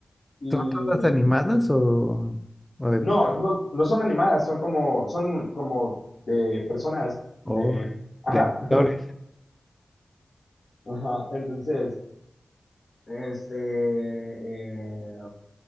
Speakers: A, on the left (about 60°); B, in the centre.
A: Y
B: ¿Son todas animadas o, o de,
A: no, no, no son animadas, son como, son como de personas.
B: o
A: eh, ajá,
B: de actores?
A: <laughs> ajá. Entonces, este, eh,